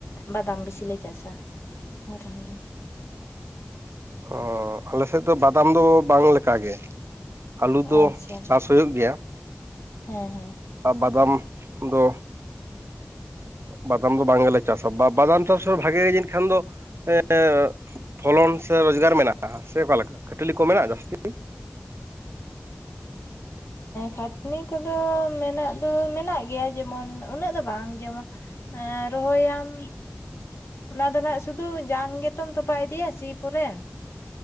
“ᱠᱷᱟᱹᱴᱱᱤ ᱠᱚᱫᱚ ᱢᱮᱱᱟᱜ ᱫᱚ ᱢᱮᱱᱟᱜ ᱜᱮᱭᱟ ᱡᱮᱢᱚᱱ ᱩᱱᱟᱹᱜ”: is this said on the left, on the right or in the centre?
Left